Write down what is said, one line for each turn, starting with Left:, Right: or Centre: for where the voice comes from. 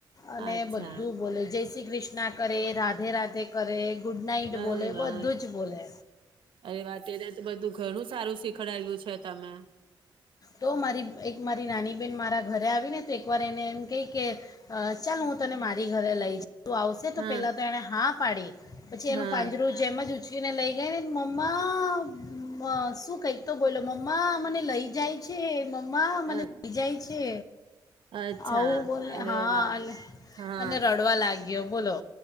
Left: અને
Right: અચ્છા
Left: બધું બોલે જયસિ કૃષ્ણા કરે રાધે રાધે તે કરે ગુડ નાઈટ
Right: અરે
Left: બોલે
Right: વાહ
Left: બધું જ બોલે.
Right: અરે વાહ તેને બધું ઘણું સારું શીખડાયું છે તમે.
Left: તો મારી એક મારી નાની બેહેન મારા ઘરે આવીને તો એક વાર એને એમ કહી કે ચાલ હું તને મારી ઘરે લઈ જા. તું આવશે તો
Right: હા
Left: પેલા તો એને હા પાડી. પછી
Right: હા
Left: એનું પાંજરું જેમ જ ઉચ કીને લઈ ગઈ ને મમ્મા મ શું કંઈક તો બોલો મમ્મા મને લઈ જાય. છે. મ મા મને
Right: અ
Left: <inaudible> જાય છે.
Right: અચ્છા
Left: આવું બોલે
Right: અરે
Left: હા
Right: વાહ
Left: અન
Right: હા
Left: અને રડવા લાગ. લેયો બોલો.